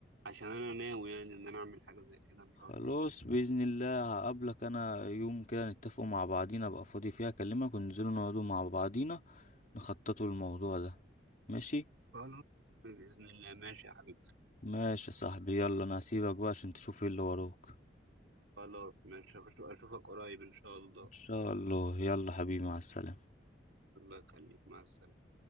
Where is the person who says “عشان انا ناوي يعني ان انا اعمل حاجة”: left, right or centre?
Right